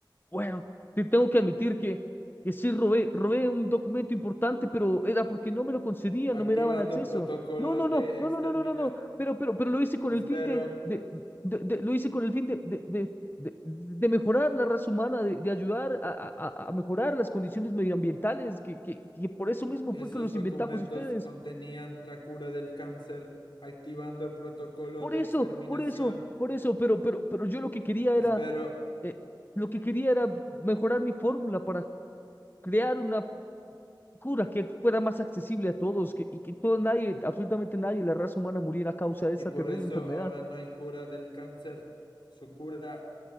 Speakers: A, on the left; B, on the left.
A: Bueno, te tengo que admitir que, que sí robé, robé un documento importante, pero era porque no me lo concedían,
B: activando
A: no me daban acceso.
B: protocolo
A: No, no,
B: de
A: no, no,
B: extermina.
A: no, no, no, no, no. Pero, pero, pero lo hice con
B: Espero
A: el fin de, de, de- de- lo hice con el fin de, de, de, de- de mejorar la raza humana, de, de ayudar a, a, a- a mejorar las condiciones medioambientales, que, que, que por eso mismo
B: esos
A: fue que los
B: documentos
A: inventamos ustedes.
B: contenían la cura del cáncer, activando protocolo
A: Por
B: de
A: eso,
B: exterminación.
A: por eso, por eso, pero, pero, pero yo lo que quería
B: Espero
A: era, eh, lo que quería era mejorar mi fórmula para crear una locura que fuera más accesible a todos que, y que todo nadie, absolutamente nadie, la raza humana muriera a causa de esa
B: y por
A: terrible
B: eso
A: enfermedad.
B: ahora no hay cura del cáncer. Su cura